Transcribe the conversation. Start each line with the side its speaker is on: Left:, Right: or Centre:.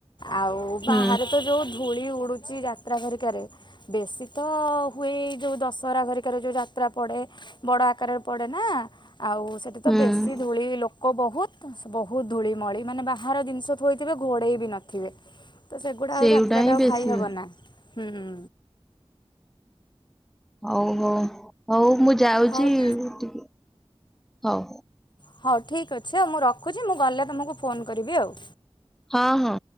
Left: ଆଉ ବାହାରେ
Centre: ହୁଁ
Left: ତ ଯୋଉ ଧୂଳି ଉଡ଼ୁଛି ଯା ଯାତ୍ରା ଘରିକାରେ ବେଶୀ ତ ହୁଏଇ ଯୋଉ ଦଶହରା ଘରିକାରେ ଯୋଉ ଯାତ୍ରା ପଡ଼େ ବଡ ଆକାରରେ ପଡେ ନାଁ ଆଉ ସେଠି ତ
Centre: ହୁଁ ହୁଁ।
Left: ବେଶୀ ଧୂଳି ଲୋ ଲୋକ ବହୁତ ବହୁତ ଧୂଳିମଳି ମାନେ ବାହାର ଜିନିଷ ଥୋଇଥିବେ ଘୋଡ଼େଇ ବି ନଥିବେ। ତ ସେଗୁଡ଼ା
Centre: ସେଇଗୁଟା
Left: ଆଉ ଯାତ୍ରାରେ
Centre: ହିଁ
Left: ଆଉ
Centre: ବେଶୀ
Left: ଖାଇ ହବ ନାଁ ହୁଁଁ ହୁଁ।
Centre: ହଉ ହଉ ହଉ ମୁଁ ଯାଉଛି
Left: ହଉ
Centre: ଟିକେ ହଉ।
Left: ହଉ ଠିକ୍ ଅଛି ଆଉ ମୁଁ ରଖୁଛି ମୁଁ ଗଲେ ତମକୁ ଫୋନ୍ କରିବି ଆଉ।
Centre: ହଁ ହଁ।